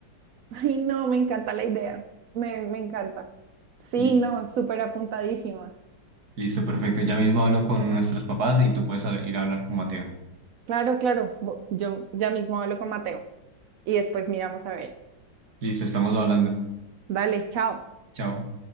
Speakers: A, on the right (about 85°); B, on the right (about 55°).
A: <laughs> Ay, no, me encanta la idea, me, me encanta. Sí,
B: Listo,
A: no, súper apuntadísima.
B: Listo, perfecto. Ya mismo hablo con nuestros papás y tú puedes a- ir a hablar con Mateo.
A: Claro, claro, bo- yo ya mismo hablo con Mateo y después miramos a ver.
B: Listo, estamos hablando.
A: Dale, chao.
B: Chao.